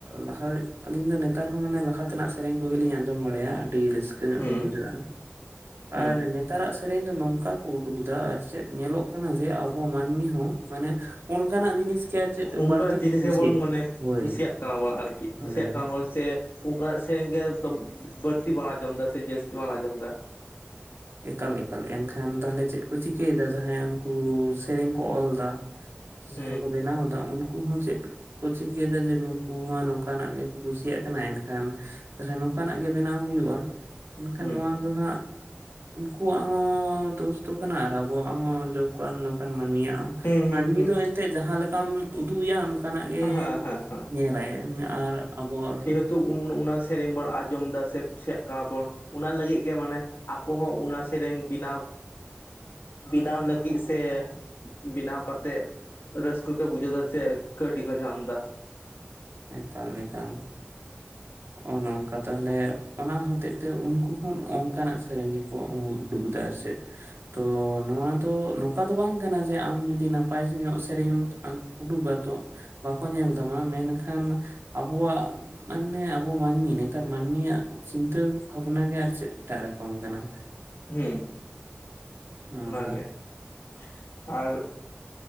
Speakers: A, on the right; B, on the left.
A: ᱞᱟᱦᱟ ᱟᱞᱤᱧ ᱫᱚ ᱱᱮᱛᱟᱨ ᱦᱚᱸ ᱢᱟᱱᱮ ᱞᱟᱦᱟ ᱛᱮᱱᱟᱜ ᱥᱮᱨᱮᱧ ᱠᱚᱜᱮᱞᱤᱧ ᱟᱸᱡᱚᱢ ᱵᱟᱲᱟᱭᱟ ᱟᱹᱰᱤ ᱨᱟᱹᱥ ᱠᱟᱹ ᱧᱚᱜ
B: ᱦᱩᱸ
A: ᱜᱮ ᱵᱩᱡᱷᱟᱹᱜᱼᱟ
B: ᱦᱩᱸ
A: ᱟᱨ ᱱᱮ ᱛᱟᱨᱟᱜ ᱥᱮᱨᱮᱧ ᱫᱚ ᱱᱚᱝᱠᱟ ᱠᱚ ᱩᱰᱩᱠ ᱫᱟ ᱟᱨ ᱪᱮᱫ ᱧᱮᱞᱚᱜ ᱠᱟᱱᱟ ᱡᱮ ᱟᱵᱚ ᱢᱟᱹᱱᱢᱤ ᱦᱚᱸ ᱢᱟᱱᱮ ᱚᱱᱠᱟᱱᱟᱜ ᱡᱤᱱᱤᱥ ᱜᱮ ᱟᱨ ᱪᱮᱫ
B: ᱚᱱᱠᱟᱱᱟᱜ
A: ᱵᱟᱹᱲᱛᱤ
B: ᱡᱤᱱᱤᱥ
A: ᱠᱚ ᱠᱩᱥᱤᱭᱟᱜ
B: ᱜᱮᱵᱚᱱ ᱢᱟᱱᱮ
A: ᱦᱳᱭ
B: ᱠᱩᱥᱤᱭᱟᱜ ᱠᱟᱱᱟ ᱵᱚᱱ ᱟᱨᱠᱤ
A: ᱦᱳᱭ
B: ᱠᱩᱥᱤᱭᱟᱜ ᱠᱟᱱᱟ ᱵᱚᱱ ᱪᱮᱫ ᱚᱱᱠᱟᱱᱟᱜ ᱥᱮᱨᱮᱧ ᱜᱮ ᱵᱟᱹᱲᱛᱤ ᱵᱚᱱ ᱟᱸᱡᱚᱢ ᱫᱟ ᱥᱮ ᱡᱟᱹᱥᱛᱤ ᱵᱚᱱ ᱟᱸᱡᱚᱢ ᱫᱟ᱾
A: ᱮᱠᱟᱞ ᱮᱠᱟᱞ ᱮᱱᱠᱷᱟᱱ ᱛᱟᱦᱚᱞᱮ ᱪᱮᱫ ᱠᱚ ᱪᱤᱠᱟᱹᱭᱮᱫᱟ ᱡᱟᱦᱟᱸᱭ ᱩᱱᱠᱩ ᱥᱮᱨᱮᱧ ᱠᱚ ᱚᱞ ᱫᱟ ᱡᱟᱦᱟᱸᱭ
B: ᱦᱩᱸ
A: ᱠᱚ ᱵᱮᱱᱟᱣ ᱫᱟ ᱩᱱᱠᱩ ᱦᱚᱸ ᱪᱮᱫ ᱠᱚ ᱪᱤᱠᱟᱹᱭᱫᱟ ᱡᱮ ᱱᱩᱠᱩ ᱢᱟ ᱱᱚᱝᱠᱟᱱᱟᱜ ᱜᱮᱠᱚ ᱠᱩᱥᱤᱭᱟᱜ ᱠᱟᱱᱟ, ᱮᱱᱠᱷᱟᱱ ᱛᱟᱞᱦᱮ ᱱᱚᱝᱠᱟᱱᱟᱜ ᱜᱮ ᱵᱮᱱᱟᱣ ᱦᱩᱭᱩᱜ-ᱟ, ᱮᱱᱠᱷᱟᱱ
B: ᱦᱩᱸ
A: ᱱᱚᱣᱟ ᱫᱚ ᱦᱟᱸᱜ ᱩᱱᱠᱩᱣᱟᱜ ᱦᱚᱸ ᱫᱳᱥ ᱫᱚ ᱠᱟᱱᱟ ᱟᱨ ᱟᱵᱚᱣᱟᱜ ᱦᱚᱸ ᱡᱚᱠᱟᱱ ᱱᱚᱝᱠᱟᱱ ᱢᱟᱹᱱᱢᱤᱭᱟᱜ ᱦᱚᱸ
B: ᱦᱩᱸ ᱦᱩᱸ ᱦᱩᱸ
A: ᱢᱟᱹᱱᱢᱤ ᱫᱚ ᱮᱱᱛᱮᱫ ᱡᱟᱦᱟᱸ ᱞᱮᱠᱟᱢ ᱩᱫᱩᱜ ᱮᱭᱟ ᱚᱱ ᱠᱟᱱᱟᱜ ᱜᱮ
B: ᱦᱮᱸ ᱦᱮᱸ ᱦᱮᱸ
A: ᱧᱮᱞᱟᱭ ᱟᱨ ᱟᱵᱚᱣᱟᱜ ᱫᱚ
B: ᱛᱚ ᱩᱱ ᱚᱱᱟ ᱥᱮᱨᱮᱧ ᱵᱚᱱ ᱟᱸᱡᱚᱢ ᱫᱟ ᱥᱮ ᱠᱩᱥᱤᱭᱟᱜ ᱠᱟᱱᱟ ᱵᱚᱱ ᱚᱱᱟ ᱞᱟᱹᱜᱤᱫ ᱜᱮ ᱢᱟᱱᱮ ᱟᱠᱚ ᱦᱚᱸ ᱚᱱᱟ ᱥᱮᱨᱮᱧ ᱵᱮᱱᱟᱣ ᱵᱮᱱᱟᱣ ᱞᱟᱹᱜᱤᱫ ᱥᱮ ᱵᱮᱱᱟᱣ ᱠᱟᱛᱮᱜ ᱨᱟᱹᱥᱠᱟᱹ ᱠᱚ ᱵᱩᱡᱷᱟᱹᱣ ᱫᱟ ᱥᱮ ᱠᱟᱹᱣᱰᱤ ᱠᱚ ᱧᱟᱢ ᱫᱟ᱾
A: ᱮᱠᱟᱞ ᱮᱠᱟᱞ᱾ ᱚᱱᱚ ᱚᱝᱠᱟ ᱛᱟᱦᱟᱞᱮ ᱚᱱᱟ ᱦᱚᱛᱮᱡ ᱛᱮ ᱩᱱᱠᱩ ᱦᱚᱸ ᱚᱝᱠᱟᱱᱟᱜ ᱥᱮᱨᱮᱧ ᱜᱮᱠᱚ ᱩᱰᱩᱠ ᱫᱟ ᱟᱨ ᱪᱮᱫ᱾ ᱛᱚ ᱱᱚᱣᱟ ᱫᱚ ᱱᱚᱝᱠᱟ ᱫᱚ ᱵᱟᱝ ᱠᱟᱱᱟ ᱡᱮ ᱟᱢ ᱡᱩᱫᱤ ᱱᱟᱯᱟᱭ ᱧᱚᱜ ᱥᱮᱨᱮᱧᱮᱢ ᱩᱰᱩᱠᱟ ᱛᱚ ᱵᱟᱠᱚ ᱧᱮᱞ ᱛᱟᱢᱟ ᱢᱮᱱᱠᱷᱟᱱ ᱟᱵᱚᱣᱟᱜ ᱢᱟᱱᱮ ᱟᱵᱚ ᱢᱟᱹᱱᱢᱤ ᱱᱮᱛᱟᱨ ᱢᱟᱹᱱᱢᱤᱭᱟᱜ ᱪᱤᱱᱛᱟᱹ ᱵᱷᱟᱵᱽᱱᱟ ᱜᱮ ᱟᱨ ᱪᱮᱫ ᱮᱴᱟᱜ ᱨᱚᱠᱚᱢ ᱠᱟᱱᱟ᱾
B: ᱦᱩᱸ
A: ᱱᱚᱜᱼᱚ ᱱᱚᱝᱠᱟ
B: ᱚᱱᱟᱜᱮ <unintelligible> ᱟᱨ